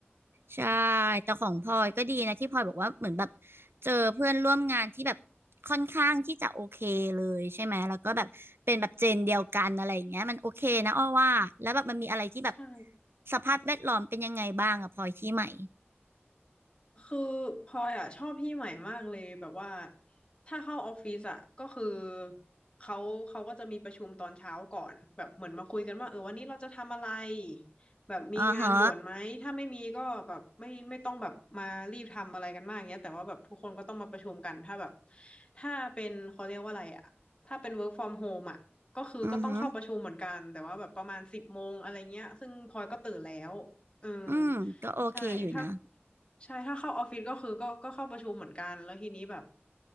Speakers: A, on the right; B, on the left.
A: ใช่แต่ของพลอยก็ดีนะที่พลอยบอกว่าเหมือนแบบเจอเพื่อนร่วมงานที่แบบค่อนข้างที่จะโอเคเลยใช่ไหมแล้วก็แบบเป็นแบบเจนเดียวกันอะไรอย่างเงี้ยมันโอเคนะอ้อว่าแล้วแบบมันมีอะไรที่แบบ
B: ใช่
A: สภาพแวดล้อมเป็นยังไงบ้างอะพลอยที่ใหม่
B: คือพลอยอ่ะชอบพี่ใหม่มากเลยแบบว่าถ้าเข้าออฟฟิศอ่ะก็คือเขาเขาก็จะมีประชุมตอนเช้าก่อนแบบเหมือนมาคุยกันว่าเออวันนี้เราจะทำอะไรแบบมีงานด่วนไหมถ้าไม่มีก็แบบไม่ไม่ต้องแบบมารีบทำอะไรกันมากเงี้ยแต่ว่าแบบทุกคนก็ต้องมาประชุมกันถ้าแบบ
A: อ๋อฮะ
B: ถ้าเป็นเขาเรียกว่าอะไรอ่ะถ้าเป็น work from home อ่ะก็คือก็ต้องเข้าประชุมเหมือนกันแต่ว่าแบบประมาณสิบโมงอะไรเงี้ยซึ่งพลอยก็ตื่นแล้วเออ
A: อือฮึอืมก็โอเคอยู่นะ
B: ใช่ถ้า ใช่ถ้าเข้าออฟฟิศก็คือก็ก็เข้าประชุมเหมือนกันแล้วทีนี้แบบ